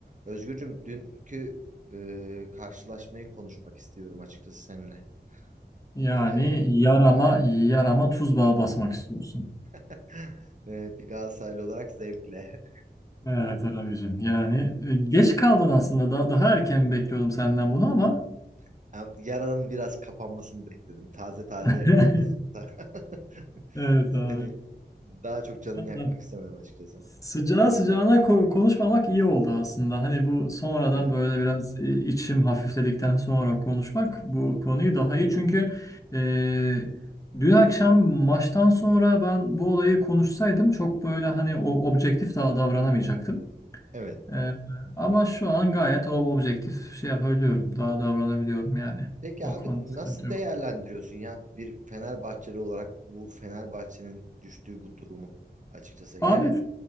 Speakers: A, on the right; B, on the left.
A: Özgürcüm dünkü e, karşılaşmayı konuşmak istiyorum açıkçası seninle.
B: Yani
A: E,
B: yarama yarama tuz bağı basmak istiyorsun.
A: <laughs> e, bir Galatasaraylı olarak zevkle.
B: Evet abicim. Yani e, geç kaldın aslında. Daha, daha erken bekliyordum senden bunu ama.
A: <laughs> Am- Yaranın biraz kapanmasını bekledim. Taze taze
B: <laughs>
A: basıp da <laughs>
B: Evet abi.
A: seni daha çok canını
B: Vallahi
A: yakmak istemedim açıkçası.
B: Sıcağı sıcağına ko- konuşmamak iyi oldu aslında. Hani bu sonradan
A: Evet.
B: böyle biraz e, içim hafifledikten sonra konuşmak bu konuyu
A: Hı hı.
B: daha iyi. Çünkü e, dün akşam maçtan sonra ben bu olayı konuşsaydım çok böyle hani o objektif daha davranamayacaktım.
A: Evet.
B: Ee, ama şu an gayet o objektif şey yapabiliyorum. Daha davranabiliyorum yani.
A: Peki
B: O
A: abi
B: konuda sıkıntı
A: nasıl
B: yok.
A: değerlendiriyorsun ya bir Fenerbahçeli olarak bu Fenerbahçe'nin düştüğü bu durumu açıkçası? Yani
B: Abi